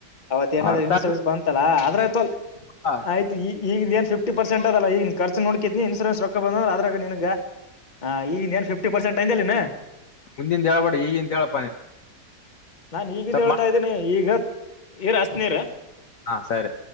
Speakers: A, on the left; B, on the left.
A: ಅವತ್ ಏನಾದ್
B: ಅರ್ಥ
A: ಇನ್ಸೂರೆನ್ಸ್ ಬಂತಲ್ಲಾ ಅದ್ರ ತಲ್
B: ಆಗ್ಲಿಲ್ಲ
A: ಆಯ್ತ ಈಗ ಏ ಫ್ಟಿ ಪರ್ಸೆಂಟ್ ಅಲ್ಲ ಈಗ ಖರ್ಚ ನೋಡಕಿದಿನನ ಇನ್ಸೂರೆನ್ಸ್ ರೊ ಬಂದ್ರ ಅದ್ರ ನ ನಿನ್ಗ ಹಾ ಈಗ ಫ್ಟಿ ಪರ್ಸೆಂಟಯಂದಲಾ
B: ಮುಂದಿನ ಹೇಳ್ಬಡಿ ಈಗಿಂದಂತೇಳ್
A: ನಾನ್ ಈಗಿಂದ ಹೇಳ್ತಾ
B: ಮಾಡ
A: ಇದ್ದೇನಿ ಈಗ ಇರ ಹತ್ನೀರ
B: ಹಾ ಸರಿ